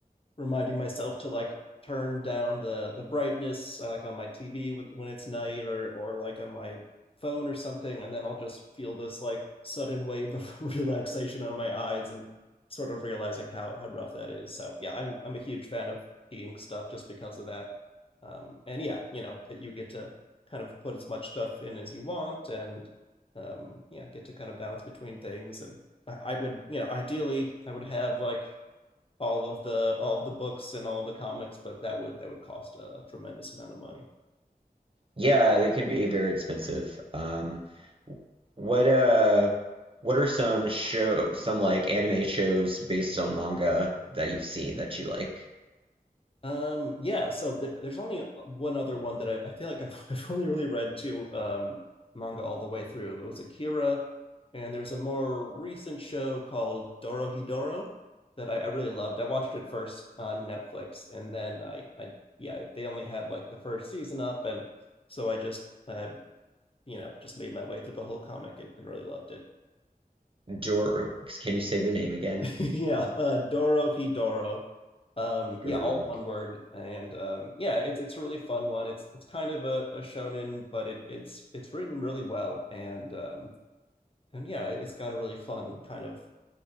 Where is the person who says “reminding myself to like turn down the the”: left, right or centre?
Left